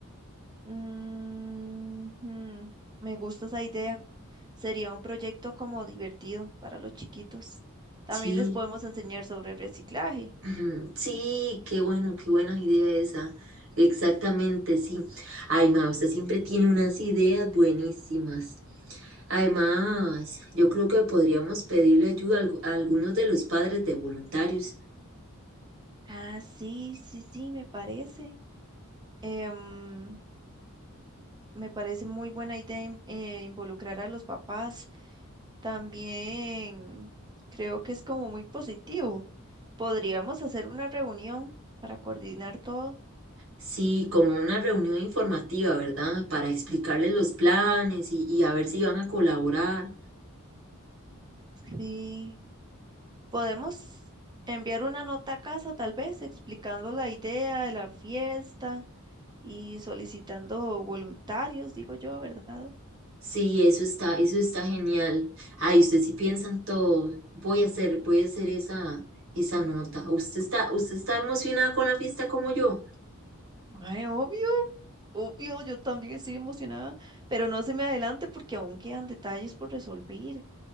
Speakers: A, on the right; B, on the right.
A: Ujú. Me gusta esa idea. Sería un proyecto como divertido para los chiquitos. También
B: Sí,
A: les podemos enseñar sobre reciclaje.
B: <clears throat> ujú, sí, qué bueno, qué buena idea esa. Exactamente, sí. Ay, ma, usted siempre tiene unas ideas buenísimas. Además, yo creo que podríamos pedirle ayuda a algu- a algunos de los padres de voluntarios.
A: Ah, sí, sí, sí, me parece. Em, me parece muy buena idea in- eh, involucrar a los papás. También creo que es como muy positivo. Podríamos hacer una reunión para coordinar todo.
B: Sí, como una reunión informativa, ¿verdad? Para explicarles los planes y, y a ver si van a colaborar.
A: Sí, podemos enviar una nota a casa, tal vez, explicando la idea de la fiesta y solicitando voluntarios, digo yo, ¿verdad?
B: Sí, eso está, eso está genial. Ay, usted sí piensa en todo. Voy a hacer, voy a hacer esa, esa nota. ¿Usted está, usted está emocionada con la fiesta como yo?
A: Ay, obvio, obvio, yo también estoy emocionada, pero no se me adelante porque aún quedan detalles por resolver.